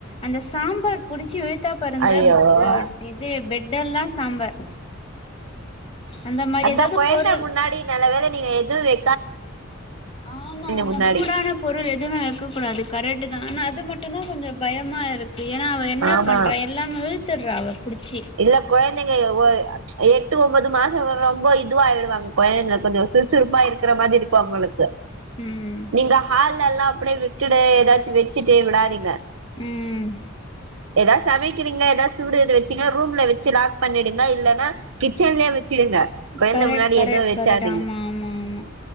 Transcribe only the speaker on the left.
அந்த ஸ் சாம்பார் புடிச்சி வெ த்தா பாருங்க
ப்
இது பெட் எல்லா ஸ் சாம்பார் அந்த மாரி
ஏதாவது
பொருள்
ஆமா ஆமா
சூடான பொருள் எதுமே வெக்கக் கூடாது கரெட் தா ஆனா அது மட்டுந்தா கொஞ்சோ பயம் ம்மா இரு ஏனா அவ என்ன
பண்றா எல்லா மாவுயு த்திர்ரா அவ புடிச்சி
ம்
உம்
கரெக்ட்
கரெக்ட்
கரெக்ட் ஆமா ஆமா ஆமா